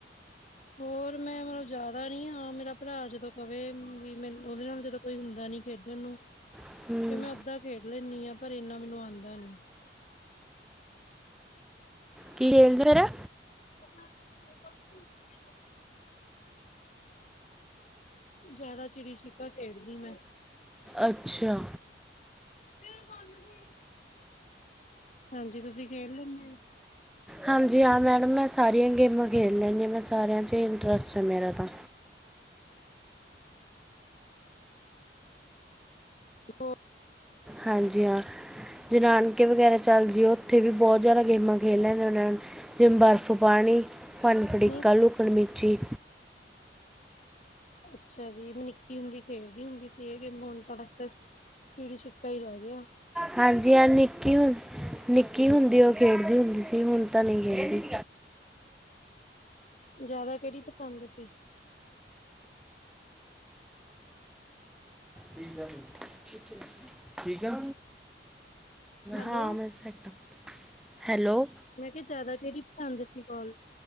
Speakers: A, on the left; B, in the centre.
A: ਹੋਰ ਮੈਂ ਮਤਲਬ ਜ਼ਿਆਦਾ ਨੀ ਹਾਂ ਮੇਰਾ ਭਰਾ ਜਦੋਂ ਕਵੇ ਵੀ ਮ ਉਹਦੇ ਨਾਲ ਜਦੋਂ। ਕੋਈ ਹੁੰਦਾ ਨੀ ਖੇਡਣ ਨੂੰ ਕਿ
B: ਹੂੰ
A: ਮੈਂ ਓਦਾਂ ਖੇਡ ਲੈਂਦੀ ਹਾਂ ਪਰ ਇੰਨਾ ਮੈਨੂੰ ਆਉਂਦਾ ਨੀ।
B: ਕੀ ਖੇਲਦੇ ਹੋਰਾ?
A: ਹਾ ਹੋ ਤੂ ਨਹੀਂ ਖੇਡਿਆ? ਜਿਆਦਾ ਚਿੜੀ ਛਿਖਾ ਖੇਡਦੀ ਮੈਂ।
B: ਅੱਛਾ।
A: ਤੇਨ ਬੰਦ ਸੀ। ਹਾਂਜੀ, ਤੁਸੀਂ ਖੇ ਲੈਂਦੇ ਹੋ?
B: ਹਾਂਜੀ, ਹਾਂ ਮੈਡਮ ਮੈਂ ਸਾਰੀਆਂ ਗੇਮਾਂ ਖੇਡ ਲੈਂਦੀ ਹਾਂ ਮੈਂ ਸਾਰਿਆਂ 'ਚ ਹੀ ਇੰਟਰਸਟ ਹ ਮੇਰਾ ਤਾਂ।
A: <unintelligible>
B: ਹਾਂਜੀ, ਹਾਂ। ਜੇ ਨਾਨਕੇ ਵਗੈਰਾ ਚੱਲ ਜੀਏ ਓਥੇ ਵੀ ਬੋਤ ਜ਼ਾਦਾ ਗੇਮਾਂ ਖੇਲ ਲੈਂਨੇ ਓਨਾਂ ਨਾਲ। ਜਿਵੇਂ ਬਰਫ਼ ਪਾਨੀ, ਫੜਨ ਫੜੀਕਾ,
A: ਨਹੀਂ
B: ਲੂਕਨ ਮਿਚੀ
A: ਅੱਛਾ ਜੀ ਮੈਂ ਨਿੱਕੀ ਹੁੰਦੀ ਖੇਡਦੀ ਹੁੰਦੀ ਸੀ ਏ ਗੇਮਾਂ ਹੁਨ ਤਾਂ ਬਸ ਚਿੜੀ ਛਿਕਾ ਈ ਰੈ ਗੇਆ।
B: ਹਾਂਜੀ ਹਾਂ ਨਿੱਕੀ ਹੁੰ ਨਿੱਕੀ ਹੁੰਦੀ ਓ ਖੇਡਦੀ ਹੁੰਦੀ ਸੀ ਹੁਨ ਤਾਂ ਨੀ ਖੇਡਦੀ।
A: ਜ਼ਾਦਾ ਕੇੜੀ ਪਸੰਦ ਸੀ।
B: ਕੀ ਗੱਲ ਹੋਈ ਪੁੱਛ ਲੈ ਠੀਕ ਐਂ।
A: ਹੈਲੋ
B: ਹਾਂ ਮੈਂ ਸੈਟ ਆਂ, ਹੈਲੋ।
A: ਮੈਂ ਕਿਆ ਜ਼ਾਦਾ ਕੇੜੀ ਪਸੰਦ ਸੀ ਕੋਲ